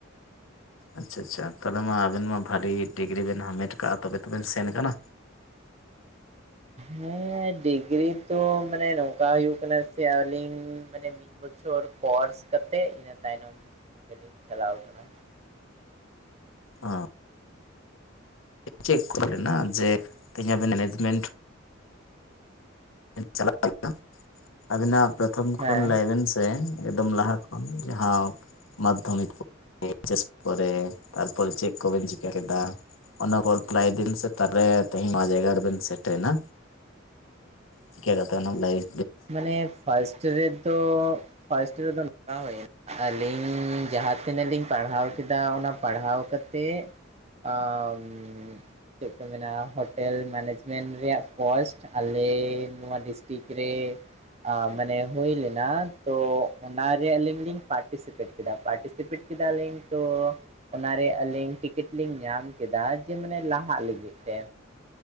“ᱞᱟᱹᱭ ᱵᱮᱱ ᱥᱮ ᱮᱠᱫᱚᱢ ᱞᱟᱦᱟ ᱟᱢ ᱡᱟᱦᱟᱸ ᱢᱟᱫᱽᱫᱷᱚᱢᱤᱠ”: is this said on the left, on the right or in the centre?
Left